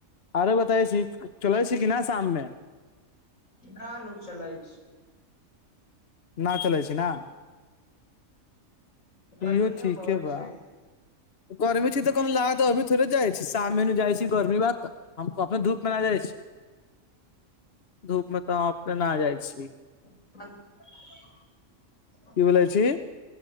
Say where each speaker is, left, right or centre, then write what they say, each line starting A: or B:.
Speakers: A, on the left; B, on the left.
A: आरो बता छी चलै छी कि न शाम मे
B: न नू चलाइ छी
A: ना चलै छै ना
B: गर्मियो
A: इहो ठीके
B: बहुत
A: बा
B: छै
A: गर्मी छी तऽ कनो लाद तऽ अभी थोरे जाइ छी साम नु जाइ छी गर्मी बाद तऽ हमको अपन धूप मे न जाइ छी धूप मे तऽ अह अपने नहा जाइ छी
B: <unintelligible>
A: की बोलै
B: ह्म
A: छी